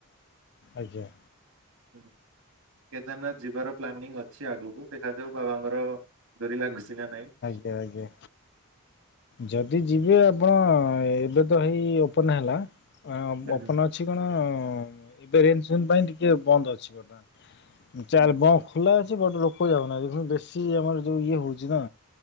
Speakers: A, on the left; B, on the right.
A: ଆଜ୍ଞା।
B: ହଁ କେଦାରନାଥ ଯିବାର ପ୍ଲାନିଂ ଅଛି ଆଗକୁ ଦେଖାଯାଉ ବାବାଙ୍କର ଡୋରି ଲାଗୁଚି ନା ନାଇଁ।
A: ସେୟା ଯେ। ଯଦି ଯିବେ ଆପଣ ଏବେ ତ ହେଇ ଓପନ ହେଲା
B: ହୁଁ
A: ଓପନ
B: ହୁଁ
A: ଅ ଅଛି କଣ ଏବେ ରେନ୍ ଫେନ୍ ପାଇଁ ଟିକେ ବନ୍ଦ ଅଛି ବର୍ତମାନ। ଚା
B: ହୁଁ।
A: ବ ଖୋଲା ଅଛି ବ ଲୋକ ଯାଉନା ଦେଖନ୍ତୁ ବେଶୀ ଆମର ଯୋଉ ଇଏ ହଉଛି ନା।